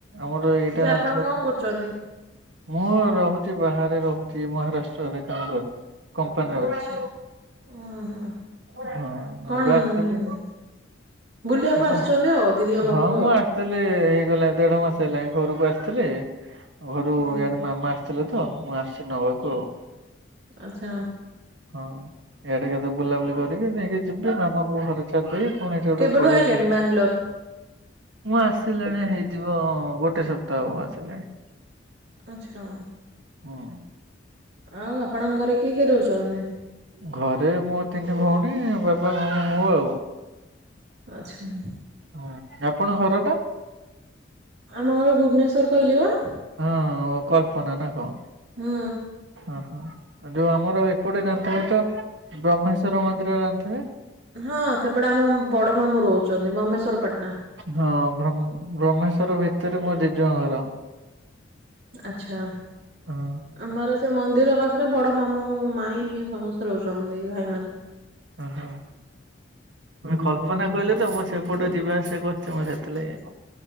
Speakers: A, on the right; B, on the right.
A: ଆମର ଏଇଟା
B: ଏବେ
A: ଜାଣିଥିବ!
B: ଆପଣ କଣ କରୁଚନ୍ତି?
A: ମୁଁ ରହୁଛି ବାହାରେ ରହୁଛି ମହାରାଷ୍ଟ୍ରରେ କାମ କରେ। କମ୍ପାନୀରେ
B: ଆଚ୍ଛା
A: ଅଛି
B: ହୁଁ।
A: ହଁ
B: କଣ
A: ଏବେ ଆସିଥିଲି
B: ବୁଲିବାକୁ
A: ଏବେ
B: ଆସିଛନ୍ତି ଆଉ ଦିଦିଙ୍କ
A: ହଁ
B: ପାଖକୁ
A: ମୁଁ
B: ଆଉ?
A: ଆସିଥିଲି ହେଇଗଲା ଦେଢ଼ ମାସ ହେଲାଣି ଘରକୁ ଆସିଥିଲି ଘରୁ
B: ହୁଁ
A: ଇଆଡ଼େ ମାମା ଆସିଥିଲେ ତ ମୁଁ ଆସିଛି ନେବାକୁ ଆଉ।
B: ଆଚ୍ଛା।
A: ହଁ ଇଆଡ଼େ ଏକାଥରେ ବୁଲାବୁଲି କରିକି ନେଇକି ଯିବି ମାମାଙ୍କୁ ଘରେ ଛାଡ଼ିଦେବି ପୁଣି ଏଠୁ
B: କେବେଠୁ
A: ଗୋଟେ ପଳେଇବି
B: ଆଇଲେଣି ବାଙ୍ଗାଲୋର?
A: ମୁଁ ଆସିଲିଣି ହେଇଯିବ ଗୋଟେ ସପ୍ତାହ ଆସିଲାଣି।
B: ଆଚ୍ଛା।
A: ହୁଁ।
B: ଆଉ ଆପଣଙ୍କ ଘରେ କିଏ କିଏ ରହୁଛନ୍ତି?
A: ଘରେ ମୋ ତିନି ଭଉଣୀ, ବାବା, ମାମା, ମୁଁ ଆଉ।
B: ଆଚ୍ଛା।
A: ହୁଁ ଆପଣଙ୍କ ଘର ଟା?
B: ଆମ ଘର ଭୁବନେଶ୍ଵର କହିଲି ବା।
A: ହଁ ହଁ ଓଃ କଳ୍ପନ ନା କଣ?
B: ହୁଁ।
A: ଓହୋଃ ଯୋଉ ଆମର ଏପଟେ ଜାଣିଥିବେ ତ ବ୍ରହ୍ମେଶ୍ଵର ମନ୍ଦିର ଜାଣିଥିବେ?
B: ହଁ ସେପଟେ ଆମ ବଡ଼ ମାମୁଁ ରହୁଛନ୍ତି। ବ୍ରହ୍ମେଶ୍ଵର ପାଟନା।
A: ହଁ ବ୍ରହ୍ମେଶ୍ଵର ଭିତରେ ମୋ ଜିଜୁଙ୍କ ଘର।
B: ଆଛା!
A: ହଁ
B: ଆମର ସେ ମନ୍ଦିର ପାଖରେ ବଡ଼ ମାମୁଁ ମାଇଁ ସମସ୍ତେ ରହୁଛନ୍ତି ଭାଇ ମାନେ।
A: ଓହୋ! କଳ୍ପନା କହିଲେ ତ ମୁଁ ସେପଟ ଯିବା ଆସିବା କରୁଛି ମୁଁ ସେଥିଲାଗି